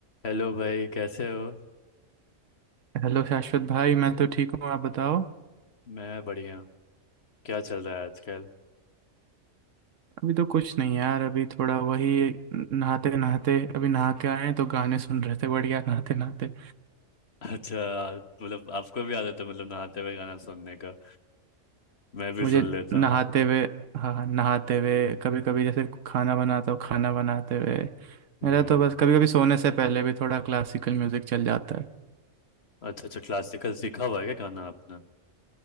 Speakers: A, on the left (about 55°); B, on the right (about 75°).
A: Hello भाई कैसे हो
B: Hello Shashwat भाई मैं तो ठीक हूँ आप बताओ
A: मैं बढ़िया हूँ क्या चल रहा है आजकल
B: अभी तो कुछ नहीं यार अभी थोड़ा वही नहाते नहाते अभी नहा के आए हैं तो गाने सुन रहे थे बढ़िया नहाते नहाते
A: <laughs> अच्छा मतलब आपको भी आदत है मतलब नहाते हुए गाना सुनने का मैं भी
B: मुझे
A: सुन लेता
B: नहाते
A: हूँ
B: हुए हाँ हाँ, नहाते हुए कभी कभी जैसे खाना बनाता हूँ खाना बनाते हुए
A: हम्म
B: मेरा तो बस कभी कभी सोने से पहले भी थोड़ा क्लासिकल म्यूजिक चल जाता है
A: अच्छा अच्छा क्लासिकल सीखा हुआ है क्या गाना आपने